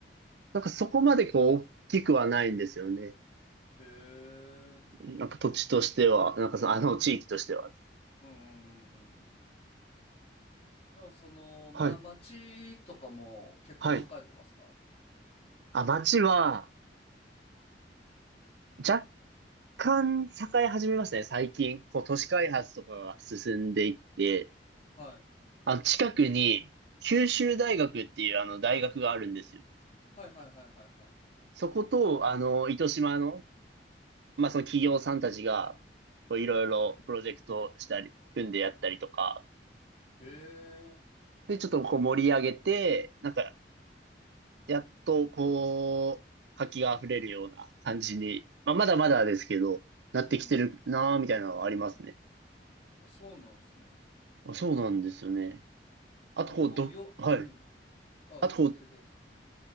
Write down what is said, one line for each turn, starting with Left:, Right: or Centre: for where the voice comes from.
Right: なんかそこまでこう、大きくはないんですよね。
Left: へえ。
Right: なんか土地としては、なんかその、あの地域としては。
Left: うんうんうんうんうんうん。でもその、ま、
Right: はい。
Left: 町とかも結構栄えてますか
Right: はい。あ、町は、若干栄え始めましたね、最近。こう、都市開発とかが進んでいって、
Left: はい。
Right: あの、近くに、九州大学っていうあの、大学があるんですよ。
Left: はいはいはいはいは
Right: そこと、あの、糸島の、まあ、その企業さんたちが、こう、いろいろプロジェクトしたり、組んでやったりとか、
Left: い。へえ。うん
Right: で、ちょっとこう盛り上げて、なんか、やっとこう、活気が溢れるような感じに、まあ、まだまだですけど、なってきてるなーみたいなのはありますね。
Left: うんうん。あ、そうなんですね。
Right: あ、そうなんですよね。あとこう、
Left: なんかこう、
Right: ど、
Left: よ、
Right: はい。
Left: うん。あ、
Right: あとこう、
Left: 続けてください。